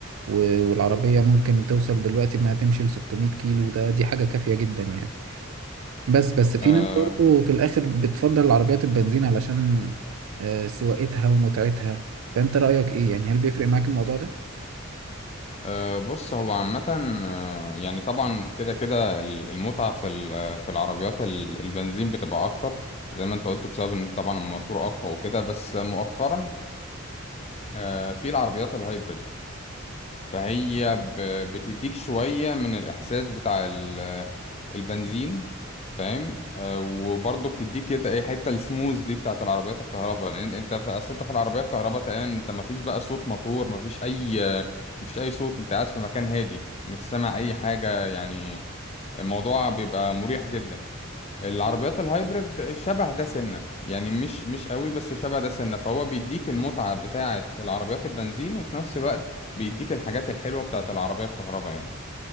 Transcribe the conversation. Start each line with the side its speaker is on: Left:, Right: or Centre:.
Right: و- والعربية ممكن توصل دلوقتي انها تمشي ل 600 كيلو ده دي حاجة كافية جدا يعني بس بس في
Left: أه
Right: ناس برضه في الآخر بتفضل العربيات البنزين علشان آه، سواقتها ومتعتها فأنت رأيك إيه يعني هل بيفرق معاك الموضوع ده؟
Left: أه بص هو عامة آه، يعني طبعا كده كده ال- المتعة في ال- آه، في العربيات ال- البنزين بتبقى أكتر زي ما أنت قلت بسبب إن طبعا الموتور أقوى وكده بس مؤخرا آه، في العربيات الهايبريد فهي ب- بتديك شوية من الإحساس بتاع ال- البنزين فاهم آه، وبرضه بتديك كده ايه حتة السموز دي بتاعة العربيات الكهرباء لأن انت في أصل انت في العربية الكهرباء تقريبا انت مفيش بقى صوت موتور مفيش أي مفيش أي صوت انت قاعد في مكان هادي مش سامع أي حاجة يعني الموضوع بيبقى مريح جدا العربيات الهايبرد شبه ده سنة يعني مش مش قوي بس شبه ده سنة فهو بيديك المتعة بتاعة العربيات البنزين وفي نفس الوقت بيديك الحاجات الحلوة بتاعة العربية الكهرباء يعني